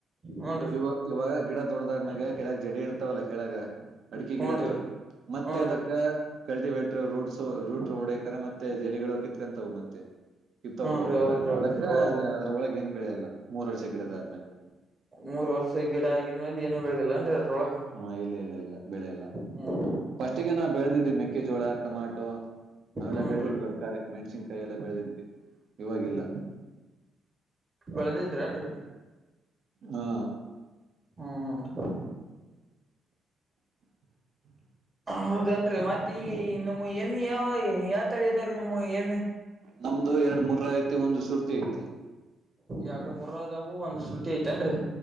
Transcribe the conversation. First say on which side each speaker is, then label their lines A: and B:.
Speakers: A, on the right; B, on the right.
A: ಹನ್
B: ಇವ ಇವಾಗ ಗಿಡ ದೊಡ್ಡದ್ಮ್ಯಾಗ ಕೆಳಗ್ ಜಡಿ ಇರ್ತವಲ್ಲ ಕೆಳಗ ಅಡಿಕ
A: ಹೂನ್ರಿ
B: ಗಿಡದ್ದು ಮತ್ತೆ
A: ಹೂನ್ರಿ
B: ಅದಕ್ಕ ಕಲ್ಟಿವೇಟರ್ ರೂಟ್ಸ್ ರೂಟ್ ಓಡೇಕರ ಮತ್ತೆ ಜಡಿಗಳ ಕಿತ್ಕೊಂತಾವ ಮತ್ತೆ ಕಿತ್ತೊಕವು
A: ಹೂನ್ರಿ ಹೌದ್ರಿ
B: ಅದ
A: ಹೌದ್ರಿ
B: ಅದಕ್ಕ
A: ಹೌದ್ರಿ
B: ಅದ ಅದ್ರೊಳಗೆ ಏನ್ ಬೆಳೆಯಲ್ಲ ಮೂರ್ ವರ್ಷ ಗಿಡದ ಆದ್ಮ್ಯಾಗ
A: ಮೂರ ವರ್ಷದ ಗಿಡ ಆಗಿನ ಮೇಲ ಏನು ಬೆಳದಿಲ್ಲ ಏನ್ರಿ ಅದ್ರೊಳಗ
B: ಹಾ ಇಲ್ಲ ಇಲ್ಲ ಇಲ್ಲ ಬೆಳೆಯಲ್ಲ
A: ಹ್ಮ
B: ಫಸ್ಟಿಗೆನ ಬೆಳದಿದ್ದೆ ಮೆಕ್ಕೆಜೋಳ ಟಮಾಟೊ ಅವೆಲ್ಲ
A: ಹೂನ್ರಿ
B: ಬೆಳೆದಿದ್ವಿ ಕಾರಿ ಮೆಣ್ಸಿನ್ಕಾಯಿ ಎಲ್ಲ ಬೆಳೆದಿದ್ವಿ ಇವಾಗಿಲ್ಲ.
A: ಬೆಳದಿದ್ರ ಅನ್ರಿ.
B: ಹಾ
A: ಹ್ಮ ಹ್ಮ
B: <inaudible>
A: ಹೌದನ್ರಿ ಮತ್ತ ಈಗ ನಿಮ್ಮ ಎಮ್ಮೆ ಯಾವ ಯಾವ ತಳಿ ಅದಾವ್ರೀ ನಿಮ್ಮು ಎಮ್ಮ
B: ನಮ್ದು ಎರಡ ಮೂರ ಐತಿ ಒಂದ ಸುರ್ತಿ ಐತಿ.
A: ಎರಡ ಮೂರದವು ಒಂದ ಶ್ರುತಿ ಐತೇನ್ರೀ